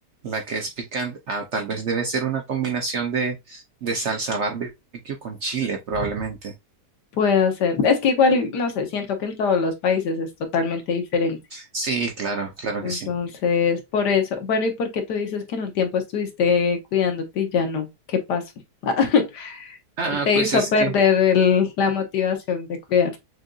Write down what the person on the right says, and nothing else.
La que es picante, ah, tal vez debe ser una combinación de, de salsa barbecue con chile, probablemente.
Sí, claro, claro
que sí.
Ah,
pues
es
que